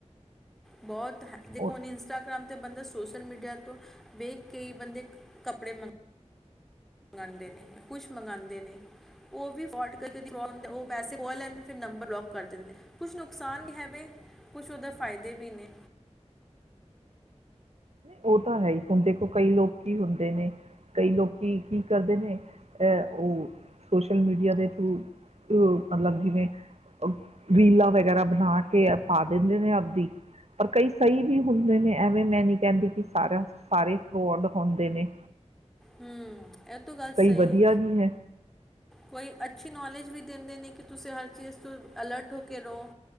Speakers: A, in the centre; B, on the right.
A: ਬਹੁਤ ਹੈ ਦੇਖੋ
B: ਉਹ
A: ਹੁਣ ਇੰਸਟਾਗ੍ਰਾਮ ਤੇ ਬੰਦਾ ਸੋਸ਼ ਸੋਸ਼ਲ ਮੀਡੀਆ ਤੋਂ ਵੇਖ ਕੇ ਹੀ ਬੰਦੇ ਕੱਪੜੇ ਮੰਗ ਮੰਗਾਂਦੇ ਨੇ ਕੁਛ ਮੰਗਾਂਦੇ ਨੇ। ਉਹ ਵੀ ਫੋਲਟ ਕਰਕੇ <unintelligible> ਹੁੰ ਉਹ ਪੈਸੇ ਬਹੁ ਲੈਨਦੇ ਨੇ ਫਿਰ ਨੰਬਰ ਬਲਾਕ ਕਰ ਦਿੰਦੇ। ਕੁਛ ਨੁਕਸਾਨ ਹੈਵੇ, ਕੁਛ ਉਹਦੇ ਫ਼ਾਇਦੇ ਵੀ ਨੇ।
B: ਉਹ ਤਾਂ ਹੈ ਹੀ ਹੁਣ ਦੇਖੋ ਕਈ ਲੋਕ ਕੀ ਹੁੰਦੇ ਨੇ, ਕਈ ਲੋਕੀ ਕੀ ਕਰਦੇ ਨੇ ਐ ਉਹ ਸੋਸ਼ਲ ਮੀਡੀਆ ਦੇ ਥਰੂ, ਮਤਲਬ ਜਿਵੇਂ, ਰੀਲਾਂ ਵਗੈਰਾ ਬਣਾ ਕੇ ਪਾ ਦਿੰਦੇ ਨੇ ਆਪਦੀ ਪਰ ਕਈ ਸਹੀ ਵੀ ਹੁੰਦੇ ਨੇ ਐਵੇਂ ਮੈਂ ਨੀ ਕਹਿੰਦੀ ਕਿ ਸਾਰਿਆਂ ਸਾਰੇ ਫਰੋਡ ਹੁੰਦੇ ਨੇ।
A: ਹੂੰ ਇਹ ਤੋ ਗੱਲ
B: ਕਈ
A: ਸਹੀ
B: ਵਧੀਆ
A: ਹੈ
B: ਵੀ
A: ਕੋਈ ਅੱਛੀ ਨੌਲੇਜ ਵੀ ਦਿੰਦੇ ਨੇ ਕਿ ਤੁਸੀਂ ਹਰ ਚੀਜ਼ ਤੋਂ ਅਲਰਟ ਹੋ ਕੇ ਰਹੋ,